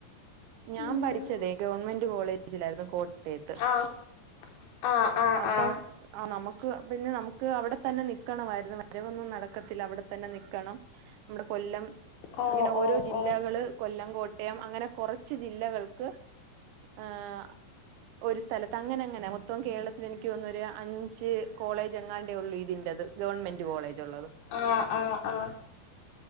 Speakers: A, on the right; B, on the left.
A: ഞാൻ
B: ഉം
A: പഠിച്ചതേ ഗവൺമെന്റ് കോളേജിലായിരുന്നു കോട്ട ത്തെ ത്ത്
B: ആഹ് ആഹ് ആഹ്
A: അപ്പം.
B: ആഹ്
A: ആഹ് നമുക്ക് പിന്നെ നമുക്ക് അവിടെ തന്നെ നിക്കണമായിരുന്നു വരവൊന്നും നടക്കത്തില്ല അവിടെ തന്നെ നിക്കണം നമ്മുടെ കൊല്ലം
B: ഓ
A: അങ്ങനെ ഓരോ
B: ഓ
A: ജില്ലകള്
B: ഓ
A: കൊല്ലം കോട്ടയം അങ്ങനെ കൊറ കുച്ച് ജില്ലകൾക്ക് ആഹ് ഒരു സ്ഥലത്ത് അങ്ങനെങ്ങനെ മൊത്തം കേരളത്തിൽ എനിക്ക് തൊന്നുന്നൊര് അഞ്ച് കോളേജ് എങ്ങാണ്ടേ ഒള്ളൂ ഇതിന്റത് ഗവൺമെന്റ് കോളേജുള്ളത്
B: ആഹ് ആഹ് ആഹ്